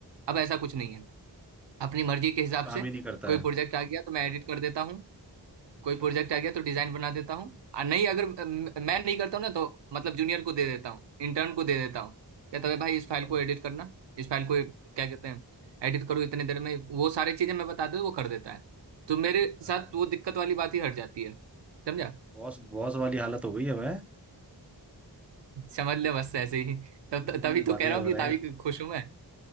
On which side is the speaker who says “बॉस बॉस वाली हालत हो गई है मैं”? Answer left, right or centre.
Centre